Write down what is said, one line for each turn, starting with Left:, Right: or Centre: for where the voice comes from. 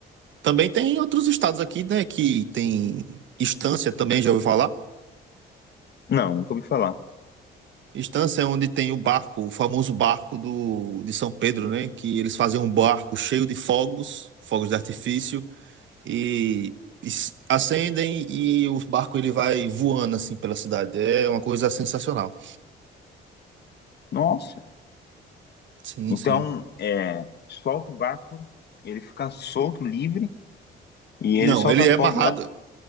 Right: também tem outros estados aqui, né, que tem Estância também, já ouviu falar?
Left: Não, nunca ouvi falar.
Right: Estância é onde tem o barco, o famoso barco do, de São Pedro, né? Que eles fazem um barco cheio de fogos, fogos de artifício, e, e s- acendem e o barco ele vai voando assim pela cidade. É uma coisa sensacional.
Left: Nossa.
Right: Sim,
Left: Então,
Right: sim.
Left: é, solta o barco, ele fica solto, livre, e
Right: Não,
Left: ele solta
Right: ele é
Left: fogo
Right: amarrado,
Left: lá.